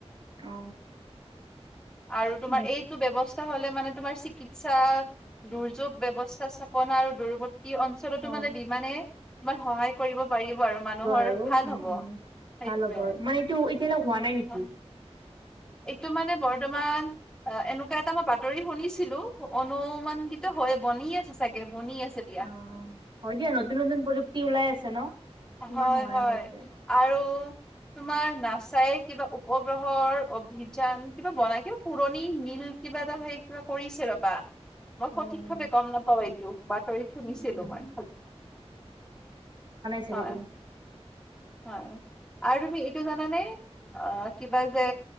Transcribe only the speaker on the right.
অ
মই-
অ
আৰু
উম
উম
ভাল হবৰ মানেটো এতিয়াল হোৱা নাই নেকি?
অঁ হয় দিয়া নতুন নতুন প্ৰযুক্তি ওলাই আছে ন। কিমান
সহায়ক
হৈছে
উম
উম উম
সেইটো
তোমাৰ